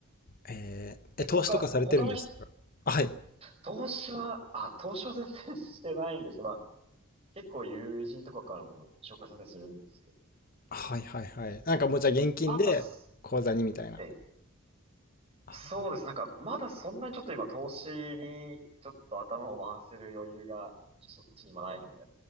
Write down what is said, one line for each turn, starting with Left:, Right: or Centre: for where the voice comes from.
Left: えー、
Right: で、
Left: え、投資とかされてるんですかはい。
Right: 他、他の人、投資は、あ、投資は全然 <laughs> してないですね。まあ、結構友人とかからも紹介されたりするんですけど。
Left: はいはいはい。なんかもうじゃあ現金で口座にみたいな。
Right: まだす。ええ。そうです。
Left: あ
Right: なんか、まだそんなにちょっと今投資にちょっと頭を回せる余裕がそっちにはないので、